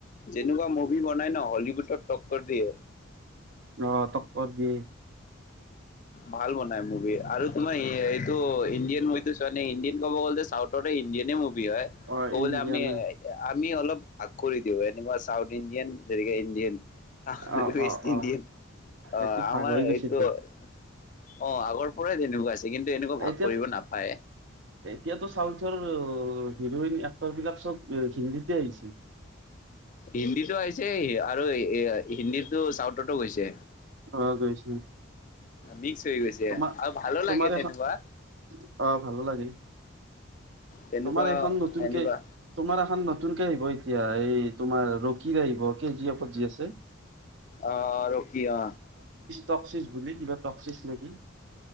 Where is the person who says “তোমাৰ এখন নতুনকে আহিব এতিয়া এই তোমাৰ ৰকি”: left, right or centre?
Right